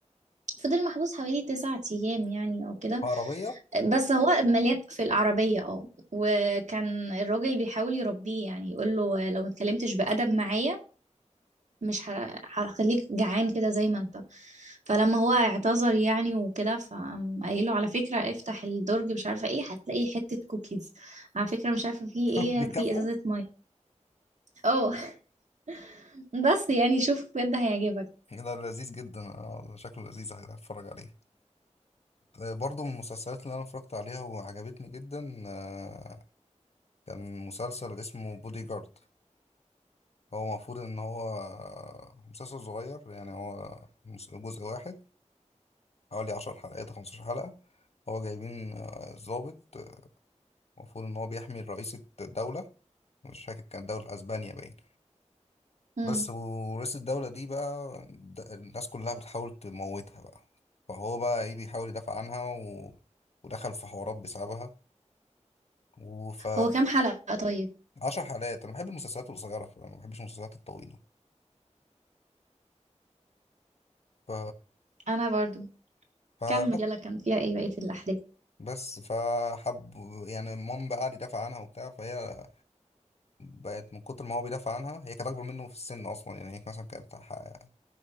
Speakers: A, on the right; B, on the left.
A: فضل محبوس حوالي تسعة أيام يعني أو كده
B: عربيه
A: بس هو مليان في العربية اه وكان الراجل بيحاول يربيه يعني يقول له لو ما اتكلمتش بأدب معايا مش ه- هخليك جعان كده زي ما انت فلما هو اعتذر يعني وكده فقام قايله على فكرة افتح الدرج مش عارفة ايه هتلاقي حتة كوكيز على فكرة مش عارفة في
B: <laughs>
A: ايه
B: بيكافئوا
A: في ازازة مية اه <laughs> بس يعني شوف بجد هيعجبك
B: كده لذيذ جدا اه شكله لذيذ هتفرج عليه آه، برضو من المسلسلات اللي انا اتفرجت عليها وعجبتني جدا آه، كان مسلسل اسمه بودي جارد هو المفروض ان هو آه، مسلسل صغير يعني هو مس- جزء واحد حوالي عشر حلقات أو 15 حلقة هو جايبين آه، ضابط آه، المفروض ان هو بيحمي رئيسة الدولة مش فاكر كان دولة اسبانيا باين
A: مم.
B: بس ورئيس الدولة دي بقى د- الناس كلها بتحاول تموتها بقى فهو بقى ايه بيحاول يدافع عنها و... ودخل في حوارات بسببها وف
A: هو كام حلقة طيب
B: عشر حلقات انا بحب المسلسلات القصيرة فأنا ما بحبش المسلسلات الطويلة ف
A: انا برضو
B: فبس
A: كمل يلا كان فيها ايه بقية الاحداث
B: بس فحب يعني مام بقى قعد يدافع عنها وبتاع فهي بقت من كتر ما هو بيدافع عنها هي كانت اكبر منه في السن اصلا يعني هي مثلا كانت ح-